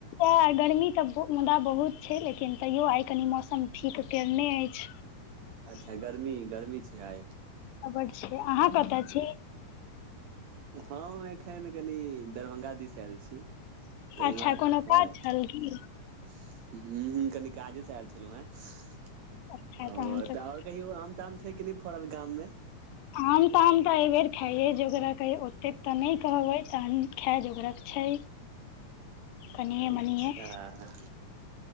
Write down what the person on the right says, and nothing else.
अच्छा गर्मी गर्मी छै आइ
हम एखन कनि दरभंगा दिस एल छी तऽ
ईमे
हय
ह ह कनि काज <inaudible> आयल छलहु हे तऽ
आओर कहियो आम ताम छै कि नहि फड़ल गाम मे
अच्छा